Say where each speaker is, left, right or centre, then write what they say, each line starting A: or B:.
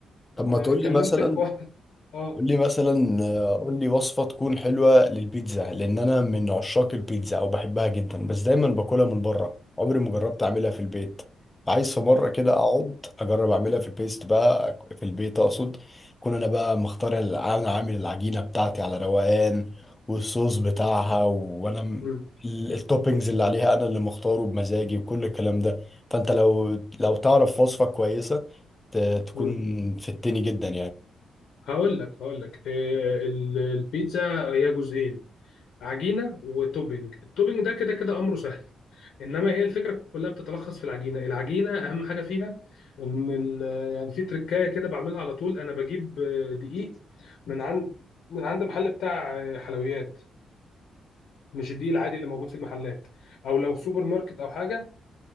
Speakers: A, on the left; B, on the left.
A: طب ما
B: آه،
A: تقول
B: كلمت
A: لي مثلا
B: <laughs> اخوان اه
A: قول لي مثلا آه، قول لي وصفة تكون حلوة للبيتزا لأن أنا من عشاق البيتزا أو بحبها جدا بس دايما باكلها من بره عمري
B: م-
A: ما جربت أعملها في البيت عايز في مرة كده أقعد أجرب أعملها في البيست بقى في البيت أقصد أكون أنا بقى مختار الع- أنا عامل العجينة بتاعتي على روقان والصوص بتاعها وأنا م-
B: م-
A: ال- التوبينجز اللي عليها أنا اللي مختاره بمزاجي وكل الكلام ده فأنت لو لو تعرف وصفة كويسة ت- تكون
B: م.
A: فدتني جدا
B: هقول لك هقول لك آه، ال- البيتزا هي جزئين عجينه وتوبينج التوبينج ده كده كده امره سهل انما هي الفكره كلها بتتلخص في العجينه العجينه اهم حاجه فيها ان ال- يعني في تركايه كده بعملها على طول انا بجيب آه، دقيق من عند من عند محل بتاع آه، حلويات مش الدقيق العادي اللي موجود في المحلات او لو سوبر ماركت او حاجه